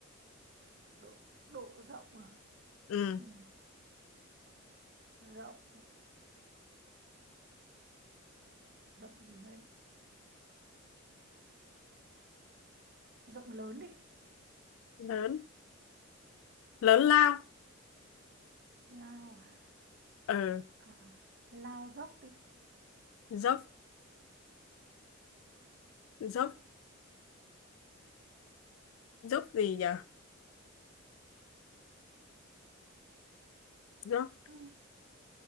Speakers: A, on the right (about 50°); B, on the left (about 80°).
A: độ độ rộng à
B: ừ.
A: ừ. rộng rộng gì đây rộng lớn đi
B: lớn lớn lao
A: lao à
B: ừ.
A: à lao dốc đi
B: dốc dốc dốc gì nhờ dốc
A: ừ.